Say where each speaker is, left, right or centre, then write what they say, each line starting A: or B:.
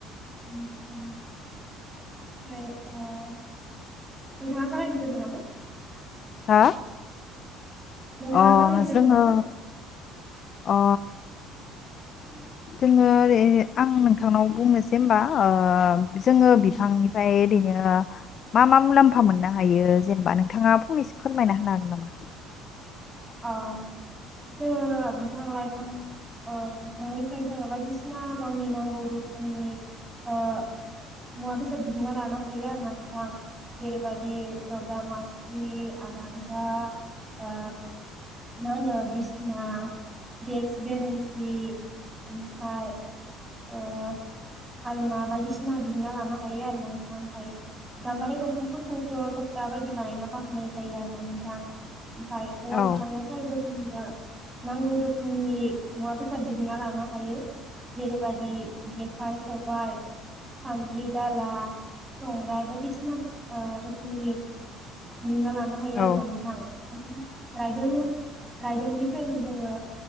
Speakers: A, on the right; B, on the left.
A: उम दं फ्राय ओ नोंथाङा जागायग्रोदो नामा?
B: हा
A: नोंथाङा
B: अ
A: जागायग्रोदो
B: जोङो
A: नामा?
B: अ
A: उम
B: जोङो आर ए आं नोंथांनाव बुंनोसै होनबा ओ जोङो
A: उम
B: बिथांनिफ्राय एरै हायो मा मा मुलाम्फा मोननो ह हायो जेनेबा नोंथाङा फंनैसो फोरमायना होनो हागोन नामा?
A: अ जोङो बिफां लाइफां ओ बिफांनिफ्राय जोङो बायदिसिना गावनि नांगौ रोख खोमनि ओ मुवा बेसाद दिहुनना लानो हायो आरोना नोंथां। जेरैबादि जग्रा मासि, आरांगा ओ मा होनो बिस्ना देक्स, बेरेन्सि ओमफाय ओ आलना बायदिसिना दिहुनना लानो हायो आरो नोंथां ओमफाय गाम्बारि दंफांफोरखौथ' टगटा टा बायदि बानायनायाव बाहायनाय जायो आरोना नोंथां। ओमफाय औवा
B: औ
A: बिफांनिफ्रायबो जोंनो नांगौ रोखोमनि मुवाफोर फोर दिहुनना लानो हायो जेरैबादि जेखाय, खब बाय सान्द्रि, दाला, संग्राय बायदिसिना ओ रोख खोमनि दिहुनना लानो हायो
B: औ
A: आरो ना नोंथां। रायदों रायदोंनिफ्रायबो जोङो